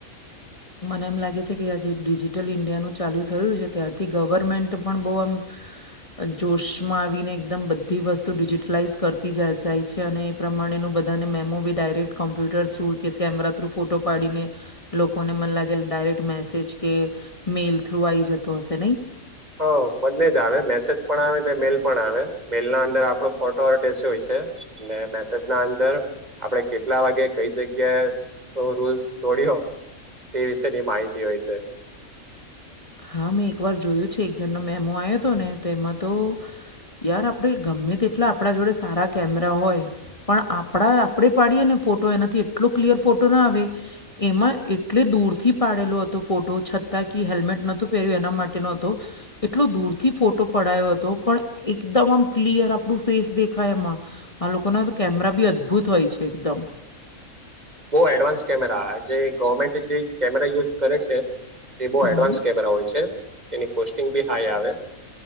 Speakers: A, on the left; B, on the right.
A: મને એમ લાગે છે, કે આજે ડિજિટલ ઈન્ડિયાનું ચાલુ થયું છે, ત્યારથી ગવર્મેન્ટ પણ બો આમ જોશમાં આવીને એકદમ બધી વસ્તુ ડિજિટલાઈઝ કરતી જા જાય છે, અને પ્રમાણેનું બધાને મેમો બી ડાયરેક્ટ કોમ્પ્યુટર થ્રુ કે કેમેરા થ્રુ ફોટો પાડીને લો કોને મને લાગેલ ડાયરેક્ટ મેસેજ કે મેઇલ થ્રુ આવી જતો હશે નહીં
B: હ બંને જ આવે મેસેજ પણ આવે ને મેલ પણ આવે મેલ ના અંદર આપડો ફોટો <unintelligible> હોય છે. ને મેસેજના અંદર આપડે કેટલા વાગે કઈ જગ્યાએ તો રૂલ્સ તોડ્યો તે વિશેની માહિતી હોય છે.
A: હા મેં એકવાર જોયું છે, એક જણનો મેમો આવ્યો હતો ને તેમાં તો યાર આપણે ગમે તેટલા આપણા જોડે સારા કેમેરા હોય પણ આપણા આપણે પાડીએ ને ફોટો એનાથી એટલો ક્લિયર ફોટો ના આવે એમાં એટલે દૂરથી પાડેલો હતો ફોટો છતાં કે હેલ્મેટ ન તુ પેરયુ એના માટેનો હતો. એટલો દૂરથી ફોટો પડાયો હતો પણ એકદમ આમ ક્લિયર આપણું ફેસ દેખાય એમાં. આ લોકોના કેમેરા બી અદ્ભુત હોય છે, એકદમ
B: બો એડવાન્સ કેમેરા જે ગવર્મેન્ટ જે કેમેરા યુઝ કરે છે. એ બો
A: હમ
B: એડવાન્સ કેમેરા હોય છે, એની કોસ્ટિંગ બી હાઈ આવે